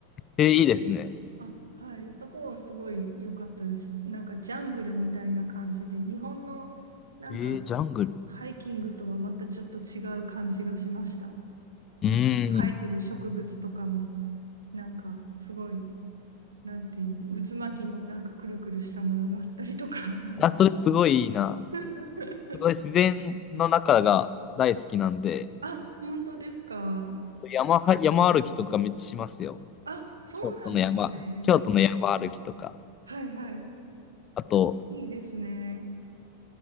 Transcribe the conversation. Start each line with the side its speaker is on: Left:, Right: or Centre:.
Left: えーいいですね。
Right: あ、はい。そこすごい良かったです。なんかジャングルみたいな感じで、日本のなんか
Left: えー、ジャングル。
Right: ハイキングとはまたちょっと違う感じがしました。
Left: うーん。
Right: なんか生えてる植物とかも、なんかすごい、なんていう、渦巻きのなんかくるくるしたものがあったりとか。
Left: あ、それすごいいいな。
Right: <laughs>
Left: すごい自然の中が大好きなんで、
Right: あ、本当ですか。
Left: 山は、山歩きとかめっちゃしますよ。
Right: あ、そうなんですね。
Left: 京都の山、京都の山歩きとか。
Right: はいはい。
Left: あと、
Right: いいですね。